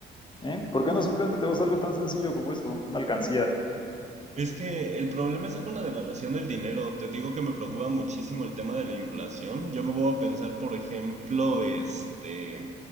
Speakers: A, on the left; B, on the right.
A: ¿Eh? ¿Por qué no simplemente te vas a algo tan sencillo como eso? Una alcancía.
B: Es que el problema está con la devaluación del dinero. Te digo que me preocupa muchísimo el tema de la inflación. Yo me voy a pensar, por ejemplo, este,